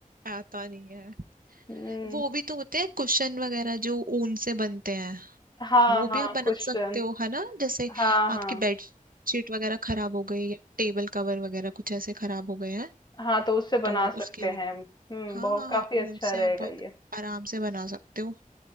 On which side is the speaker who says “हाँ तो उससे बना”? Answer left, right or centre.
Left